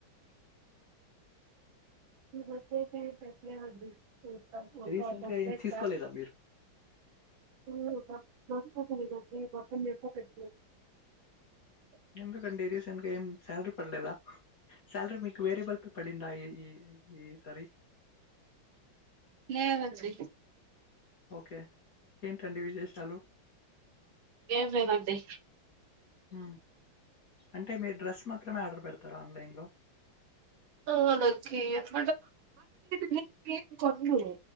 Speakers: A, on the right; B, on the left.
A: ఇపొద్దు అయితే గ ఉంది
B: రీసెంట్
A: కాటన్
B: గా ఏం
A: దద
B: తీసుకోలేదా
A: సార్
B: మీరు?
A: ఉ బప్ ఉంటది కదండీ బప్ప ని పెట్
B: ఎందుకండి రీసెంట్ గా ఏం శాలరీ పడలేదా సాలరీ మీకు వేరేబల్ పే పడిందా ఈ ఈ ఈ సారీ
A: లేదండి
B: ఓకే ఏంటండి విశేషాలు
A: ఏం లేదండి
B: ఆ అంటే మీరు డ్రెస్ మాత్రమే ఆర్డర్ పెడతారా ఆన్లైన్లో
A: ఆ నాకేప్ <inaudible> కేక్ కొన్ను